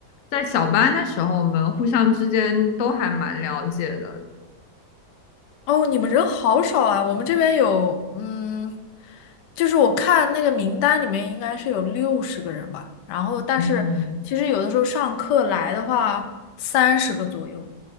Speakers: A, on the left (about 65°); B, on the left (about 90°).
A: 在小班的时候，我们互相之间都还蛮了解的。
B: 哦，你们人好少啊！我们这边有，嗯，就是我看那个名单里面应该是有六十个人吧，然后但是其实有的时候上课来的话，
A: 哦，
B: 三十个左右。